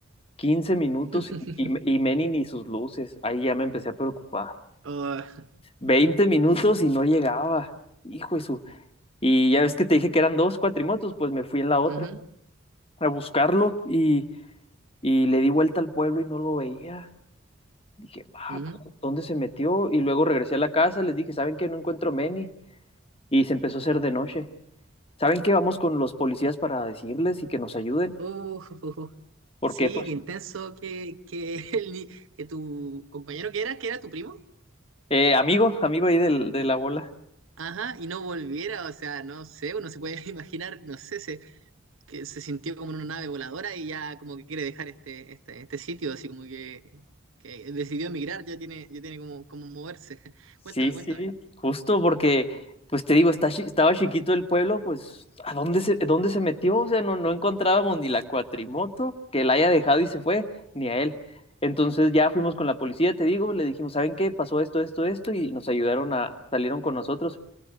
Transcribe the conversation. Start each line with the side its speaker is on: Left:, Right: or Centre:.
Left: quince minutos
Right: <laughs>
Left: y, y y Manny ni sus luces. Ahí ya me empecé a preocupar.
Right: Oh,
Left: veinte minutos y no llegaba. Hijo de su. Y ya ves que te dije que eran dos cuatrimotos, pues me fui en la otra
Right: ujú,
Left: a buscarlo y, y le di vuelta al pueblo y no lo veía. Dije, va,
Right: ujú.
Left: ¿dónde se metió? Y luego regresé a la casa, les dije, ¿saben qué? No encuentro a Manny. Y se empezó a hacer de noche. ¿Saben qué? Vamos con los policías para decirles y que nos ayuden.
Right: Uh, <laughs>
Left: Porque,
Right: Sí,
Left: pues,
Right: qué intenso que, que, <laughs> el ni- que tu compañero que era, que era tu primo,
Left: eh, amigo, amigo ahí del, de la bola.
Right: ajá, y no volviera, o sea, no sé, uno se puede <laughs> imaginar, no sé, se, que se sintió como en una nave voladora y ya como que quiere dejar este, este, este sitio, así como que, que decidió emigrar, ya tiene, ya tiene como, como moverse. <laughs>
Left: Sí,
Right: Cuéntame,
Left: sí,
Right: cuéntame.
Left: justo porque, pues te digo, está, chi- estaba chiquito el pueblo, pues, ¿a dónde se, dónde se metió? O sea, no, no encontrábamos ni la cuatrimoto que la haya dejado y se fue, ni a él. Entonces ya fuimos con la policía, te digo, le dijimos, ¿saben qué? Pasó esto, esto, esto, y nos ayudaron a, salieron con nosotros.